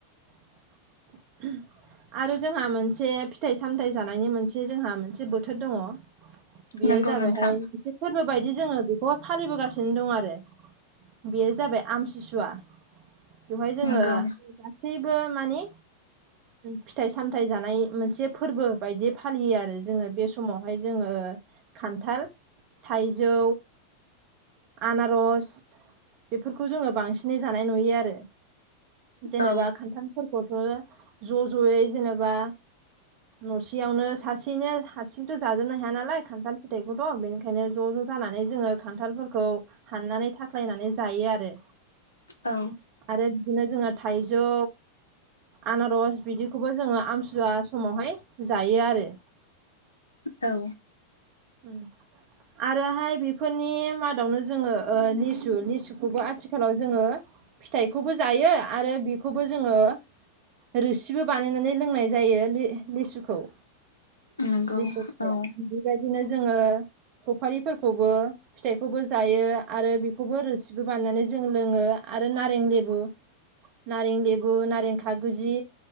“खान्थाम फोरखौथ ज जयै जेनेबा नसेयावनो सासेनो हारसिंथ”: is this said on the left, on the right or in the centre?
Right